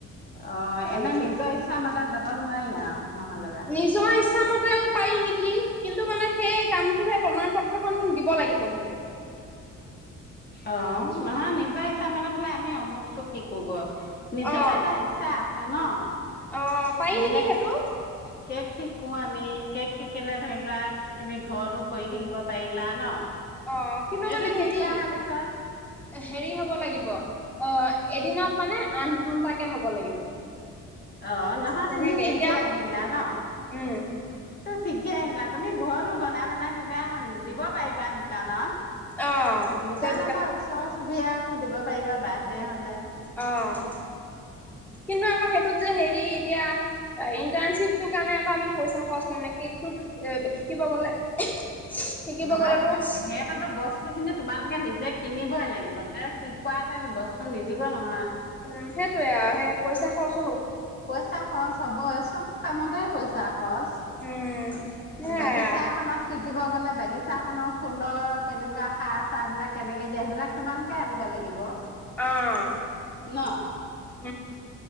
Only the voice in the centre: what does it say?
হেৰি
নিজৰ ইচ্ছামতেওঁ পায় নেকি কিন্তু মানে সেই কামটো সেই প্ৰমণ পত্ৰখন দিব লাগিব কিন্তু
অ
অ', পাৰি
নেকি সেইটো
অ', কিন্তু
মানে
হেৰি,
হেৰি হ'ব লাগিব। অ', এদিনত মানে আঠ ঘন্টাকে হ'ব লাগিব।
তেনেকে
এতিয়া
উম
অ',
এতিয়া
অ', কিন্তু আকৌ সেইটোত যে হেৰি এতিয়া ইন্টাৰ্ণশ্বিপটো কাৰণে আকৌ আমি পইচা খৰচ কৰিম কেক শিকিব গলে। শিকিব
গ'লেতো উম,
উ'ম সেইটোয়ে আৰু সেই পইচা খৰচ
উম। সেয়াই
আৰু
আহ